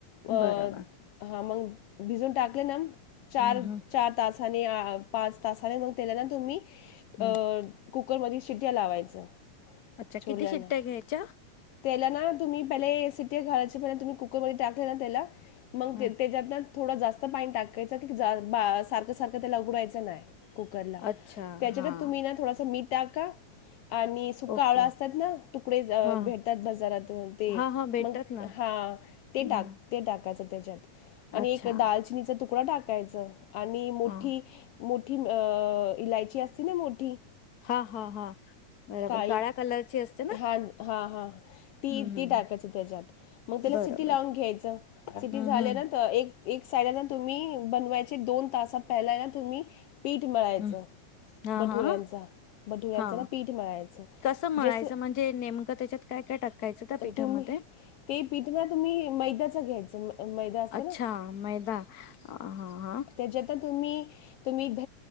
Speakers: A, on the left (about 80°); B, on the left (about 45°).
A: अ
B: बरोबर
A: हा मग भिजून टाकले ना चार
B: हम्म हम्म
A: चार तासाने पाच तासाने मग तेला ना तुम्ही अ
B: हम्म
A: कुकर मध्ये शिट्या लावायचं.
B: अच्छा
A: छोल्याला.
B: किती शिट्ट्या घ्यायच्या?
A: त्याला ना तुम्ही पहिले सिट्टी घालायची पण तुम्ही कुकरमध्ये टाकले ना त्याला मग
B: ह
A: ते त्याच्यात थोडं जास्त पाणी टाकायचं की सारखं सारखं ते ऊगडायचं नाही. कुकर ला
B: अच्छा
A: त्याच्यात
B: हा
A: तुम्ही ना थोडासा मीठ टाका. आणि सुका
B: ओके
A: आवळा असतात ना तुकडे
B: हा
A: भेटतात बाजारातून ते
B: हा हा भेटतात
A: मग
B: ना
A: हा
B: हम्म
A: ते टाक. ते टाकायचं त्याच्यात आणि
B: अच्छा
A: एक दालचिनीचा तुकडा टाकायचा आणि मोठी
B: ह
A: मोठी अ इलायची असती ना मोठी
B: हा हा हा बरोबर
A: काळी
B: काळ्या कलरची असते ना
A: हा हा ह ती
B: हम्म
A: ती टाकायची त्याच्यात. मग त्याला
B: बरोबर
A: सिटी लावून घ्यायचं.
B: हम्म
A: सिटी झाले
B: हम्म
A: ना एक एक साइड ना तुम्ही बनवायचे दोन तास पहिला ना तुम्ही पीठ मिळायचं.
B: हम्म हा
A: भठुऱ्यांचा
B: हा
A: भठुऱ्यांचा
B: हा
A: ना पीठ मळायचं
B: कसं म्हणायचं
A: जस
B: म्हणजे नेमकं त्याच्यात काय काय टाकायचं त्या पिठामध्ये?
A: तुम्ही ते पीठ ना तुम्ही मैदा्याच घ्यायचं मैदा असत
B: अच्छा
A: ना.
B: मैदा हा हा
A: त्याच्यात तुम्ही तुम्ही द